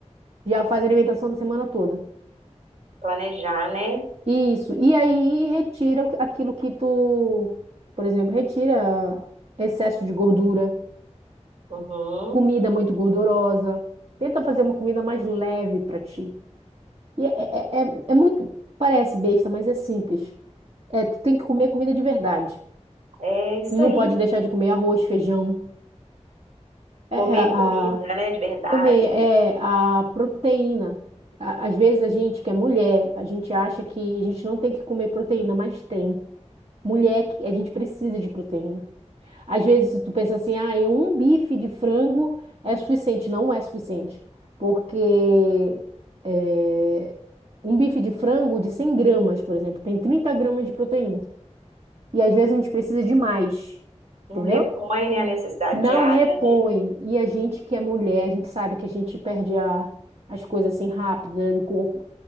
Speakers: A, on the right; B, on the right.
A: Já faz a alimentação da semana toda.
B: Planejar, né?
A: Isso. E aí retira o que- aquilo que tu, por exemplo, retira excesso de gordura,
B: Uhum.
A: comida muito gordurosa. Tenta fazer uma comida mais leve para ti. E é, é, é é muito. Parece besta, mas é simples. É, tu tem que comer comida de verdade.
B: É isso
A: E não
B: aí.
A: pode deixar de comer arroz, feijão,
B: Comer
A: é, é, a,
B: comida, né? De verdade.
A: comer é, a proteína. A- Às vezes a gente que é mulher, a gente acha que a gente não tem que comer proteína, mas tem. Mulher, que- a gente precisa de proteína. Às vezes tu pensa assim, ah, e um bife de frango é suficiente. Não é suficiente, porque é, um bife de frango de 100 gramas, por exemplo, tem 30 gramas de proteína. E às vezes a gente precisa de mais,
B: Não
A: entendeu?
B: repõe, né, a necessidade
A: Não
B: diária,
A: repõe.
B: né?
A: E a gente que é mulher, a gente sabe que a gente perde a, as coisas assim rápida do corpo.